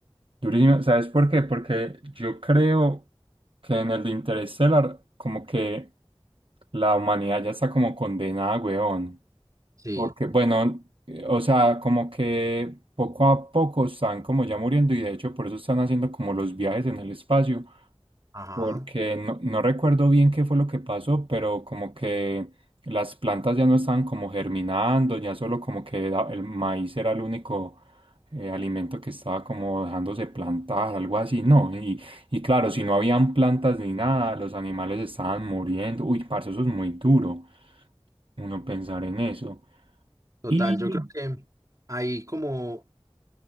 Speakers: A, on the right; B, on the right.
A: Durísima. ¿Sabes por qué? Porque yo creo que en el de Interestelar, como que la humanidad ya está como condenada, weón.
B: Sí,
A: Porque, bueno, eh, o sea, como que poco a poco están como ya muriendo y de hecho por eso están haciendo como los viajes en el espacio,
B: ajá.
A: porque no, no recuerdo bien qué fue lo que pasó, pero como que las plantas ya no estaban como germinando, ya solo como que era- el maíz era el único eh, alimento que estaba como dejándose plantar, algo así, ¿no? Y, y claro, si no habían plantas ni nada, los animales estaban muriendo. Uy, parce, eso es muy duro, uno pensar en eso.
B: Total,
A: Y
B: yo creo que ahí como